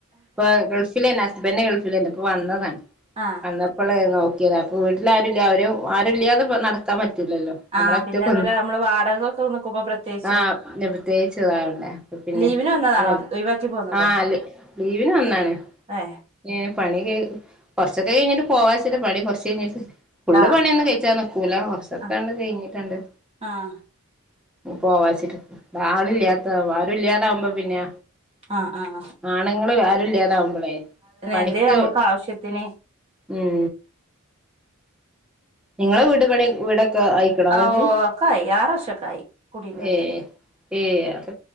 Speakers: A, in the centre; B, on the right.
A: ഇപ്പ ഗൾഫ് പിന്നെന്ന ഹസ്ബൻഡ് ഗൾഫിലേന്ന് ഇപ്പോ വന്നതാണ്
B: ആഹ്
A: വന്നപ് പ്പളെ നോക്കേത് അപ്പൊ വീട്ടില്ആരുല്ല്യാഅവര ആരല്ല്യാതെപ്പോ നടക്കാൻ പറ്റൂല്ലല്ലോ നമ്മളെഒറ്റകൊന്ന്
B: ആഹ് പിന്നെ അതുപോലെ നമ്മള് വാടകൊക്കെ നിക്കുമ്പോ പ്രത്യേകിച്ചും
A: ആഹ് ന്നെ പ്രത്യേകിച്ച് ട്ട് വേണ്ടേ അപ്പപിന്നെ
B: ലീവിന് വന്നതാണോ
A: വൽ
B: ഒഴിവാക്കി പോന്നതോ
A: ആഹ് അല്ല് ലീവിന് വന്നാണ്
B: ഏ
A: ന്നേ പണി കഴി കൊറച്ചൊക്കെ കഴിഞ്ഞിട്ട് പോവാച്ച്ട്ടെപണി കുറച്ചഴിഞ്ഞിട്ട് ഫുള്
B: ആഹ്
A: പണിയൊന്നന്നും കഴിച്ചാ നിക്കൂല കൊറച്ചൊക്കെണ്ട്
B: ആഹ്
A: കഴഞ്ഞിട്ടാണ്ട്
B: ആഹ്
A: പോവാച്ചിട്ട് ആളില്ലാത്ത ആരും ഇല്ലാതാവുമ്പ പിന്നെ
B: ആഹ് ആഹ് ആഹ്
A: ആണ്ങ്ങള് ആരും ഇല്ലാതാവുമ്പളേ പണിക്ക്
B: എന്തേ നമുക്ക് ആവശ്യത്തിന്
A: ഉം നിങ്ങളെ വീട് പണിയ് വീടൊക്കെ ആയിക്ക്ണോ
B: ആ
A: നിങ്ങക്ക്
B: ഓ ഒക്കായി ആറ് വർഷൊക്കായി കുടിയിരുന്നിട്ട്
A: ഏഹ് ഏയ് അത്